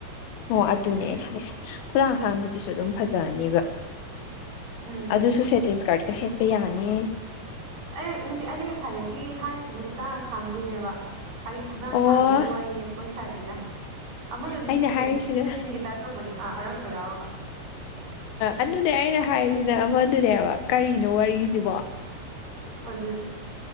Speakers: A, on the left; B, on the right.
A: ꯑꯣ ꯑꯗꯨꯅꯦꯅ ꯍꯥꯏꯁꯦ ꯍꯂꯥꯡ ꯍꯛꯁꯥꯡꯗꯨꯗꯨꯁꯨ ꯑꯗꯨꯝ ꯐꯖꯅꯦꯕ
B: ꯎꯝ
A: ꯑꯗꯨꯁꯨ ꯁꯦꯇꯤꯟ ꯏꯁꯀꯥꯔꯠꯀ ꯁꯦꯠꯄ ꯌꯥꯅꯤ ꯑꯩ
B: ꯑꯩ ꯅꯠꯇꯦ ꯑꯩꯅ ꯉꯁꯥꯏꯗꯒꯤ ꯍꯥꯏꯔꯤꯁꯤꯅ ꯈꯨꯗꯥꯡ ꯑꯁꯥꯡꯕꯤꯅꯦꯕ ꯑꯩ ꯈꯨꯗꯥꯡ
A: ꯑꯣ
B: ꯁꯥꯡꯕꯤꯒꯤ ꯋꯥꯔꯤꯅꯤ ꯑꯃꯨꯛꯀꯣꯏ ꯁꯥꯏꯁꯤꯅ ꯑꯃꯗꯨꯗꯤ
A: ꯑꯩꯅ
B: ꯁꯦꯇꯤꯟ
A: ꯍꯥꯏꯔꯤꯁꯤꯅ
B: ꯁꯦꯇꯤꯟꯒꯤ ꯇꯥꯏꯞ ꯇꯧꯕꯅꯦ ꯑꯥ ꯑꯔꯪꯕ ꯌꯥꯎꯔꯒ
A: ꯑꯗꯨꯅꯦ ꯑꯩꯅ ꯍꯥꯏꯔꯤꯁꯤꯅ ꯑꯃꯗꯨꯅꯦꯕ ꯀꯔꯤꯅꯣ ꯋꯥꯔꯤꯁꯤꯕꯣ
B: ꯑꯗꯨꯅꯤ